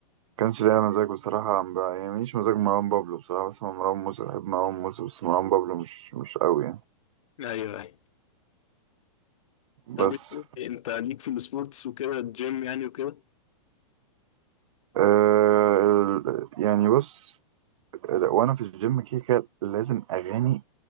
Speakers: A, on the right; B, on the left.
A: كانش ليا مزاج بصراحة ما بيعجبنيش مزاج مروان بابلو بصراحة بسمع مروان موسى بحب مروان موسى بس مروان بابلو مش مش قوي يعني
B: ايوه أيوة. طب
A: بس
B: إيه، انت ليك في السبورتس وكده الجيم يعني وكده
A: آه ال- يعني بص لا، وأنا في الجيم كده كده لازم أغاني